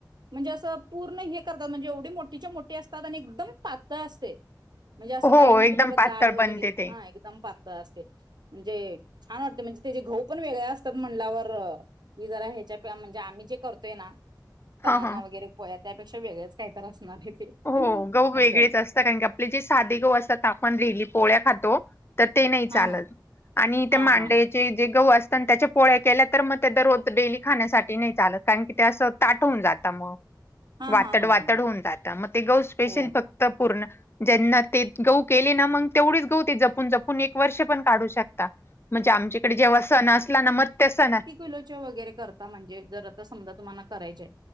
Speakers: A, on the right; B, on the left.
A: म्हणजे असं पूर्ण हे करतात म्हणजे एवढी मोठीच्या मोठी असतात आणि एकदम पातळ असते. म्हणजे असं
B: हो
A: काही नाही
B: एकदम
A: की बाबा
B: पातळ
A: जाड वगैरे
B: बनते ते
A: हा एकदम पातळ असते. म्हणजे छान वाटते म्हणजे त्याजे गहू पण वेगळे असतात म्हणल्यावर ही जरा ह्याच्या <unintelligible> म्हणजे आम्ही जे करतोय ना
B: हा
A: सणांना
B: हा
A: वगैरे पोळ्या त्यापेक्षा वेगळच काय तर असणार आहे ते
B: हो गहू वेगळेच
A: असं आहे
B: असता कारण की आपले जे साधे गहू असतात ता आपण डेली पोळ्या खातो. तर ते नाही चालत
A: हा
B: आणि त्या
A: हा
B: मांड्याचे
A: हा
B: जे गहू असता ना आणि त्याच्या पोळ्या केल्या तर मग त्या दरोज डेली खाण्यासाठी नाही चालत कारण की ते असं ताट होून जाता म
A: हा हा
B: वातड
A: हा हा
B: वातड
A: हा हा
B: होऊन जात, मग ते गहू स्पेशली
A: हो
B: फक्त पूर्ण ज्यांना ते गहु केले ना मंग तेवढीच गहु ते जपून जपून एक वर्ष पण काढू शकता म्हणजे आमच्याकडे जेव्हा सण असला ना मत त्या सणा
A: किलोच्या वगैरे करता म्हणजे जर आता समजा तुम्हाला करायचाय